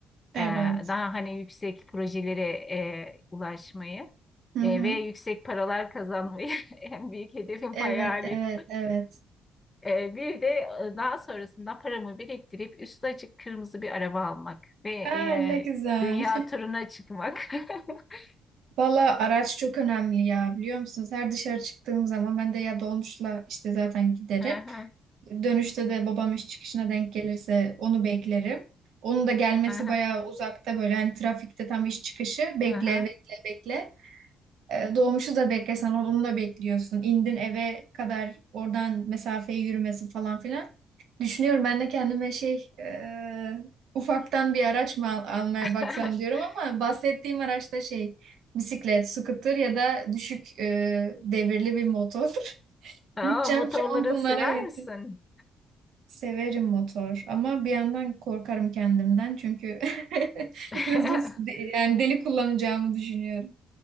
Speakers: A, on the right; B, on the left.
A: Evet.
B: E, daha hani yüksek projelere e, ulaşmayı
A: Hı
B: e,
A: hı.
B: ve yüksek paralar kazanmayı <laughs> en büyük hedefim,
A: Evet
B: hayalim.
A: evet evet.
B: Ee, bir de e, daha sonrasında paramı biriktirip üstü açık kırmızı bir araba almak ve e,
A: Aa, ne güzel.
B: dünya turuna çıkmak. <laughs>
A: Valla araç çok önemli ya biliyor musunuz? Her dışarı çıktığım zaman ben de ya dolmuşla işte zaten giderim.
B: Aha,
A: Dönüşte de babam iş çıkışına denk gelirse onu beklerim. Onun da gelmesi
B: aha,
A: bayağı uzakta böyle hani trafikte tam iş çıkışı bekle
B: aha.
A: bekle bekle. E, Doğmuşu da beklesen onu da bekliyorsun. İndin eve kadar oradan mesafeyi yürümesi falan filan. Düşünüyorum ben de kendime şey e, ufaktan bir araç mı al- almaya
B: <laughs>
A: baksam diyorum ama bahsettiğim araçta şey bisiklet, scooter ya da düşük e, devirli bir motor. <laughs>
B: Aa,
A: Bütçem
B: motorları
A: şu an bunlara
B: sever
A: yetiyor.
B: misin?
A: Severim motor ama bir yandan korkarım kendimden çünkü <laughs>
B: <laughs>
A: hızlı yani deli kullanacağımı düşünüyorum.